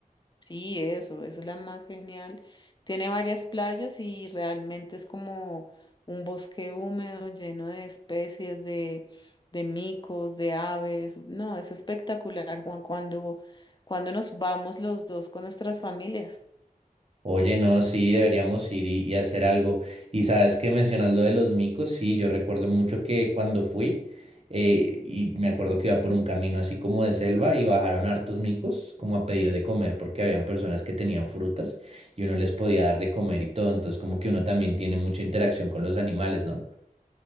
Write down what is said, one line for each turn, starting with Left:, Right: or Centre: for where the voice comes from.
Left: Sí, eso, esa es la más genial. Tiene varias playas y realmente es como un bosque húmedo lleno de especies de, de micos, de aves. No, es espectacular, Juan, cuando, cuando nos vamos los dos con nuestras familias.
Right: Oye, no, sí, deberíamos ir y, y hacer algo. Y sabes que mencionas lo de los micos, sí, yo recuerdo mucho que cuando fui, eh, y me acuerdo que iba por un camino así como de selva y bajaron hartos micos como a pedir de comer porque habían personas que tenían frutas y uno les podía dar de comer y todo. Entonces como que uno también tiene mucha interacción con los animales, ¿no?